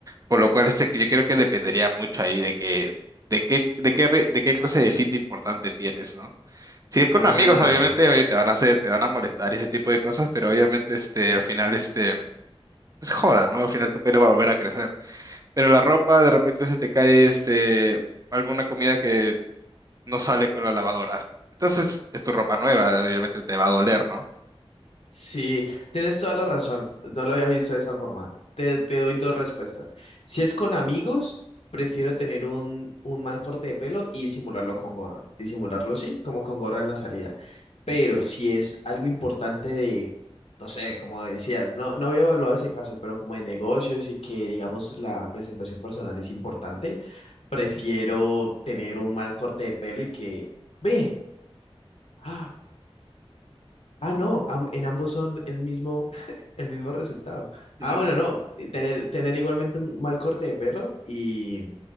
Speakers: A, on the right (about 35°); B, on the left (about 75°).
A: Por lo cual este, que yo creo que dependería mucho ahí de que, de qué, de qué, re- de qué clase de cita importante tienes, ¿no? Si es con
B: Ah,
A: amigos, obviamente, oye, te van a hacer, te van a molestar y ese tipo de cosas, pero obviamente, este, al final, este, es joda, ¿no? Al final tu pelo va a volver a crecer. Pero la ropa, de repente se te cae, este, alguna comida que no sale con la lavadora. Entonces, es tu ropa nueva, obviamente te va a doler, ¿no?
B: Sí, tienes toda la razón. No lo había visto de esa forma. Te, te doy dos respuestas. Si es con amigos, prefiero tener un, un mal corte de pelo y disimularlo con gorra. Disimularlo, sí, como con gorra en la salida. Pero si es algo importante de, no sé, como decías, no, no había evaluado ese caso, pero como de negocios y que, digamos, la presentación personal es importante, prefiero tener un mal corte de pelo y que, ve, ¡ah! Ah, no, am- en ambos son el mismo, <laughs> el mismo resultado.
A: <laughs> Ujú.
B: Ah, bueno, no, eh, tener, tener igualmente un mal corte de pelo y,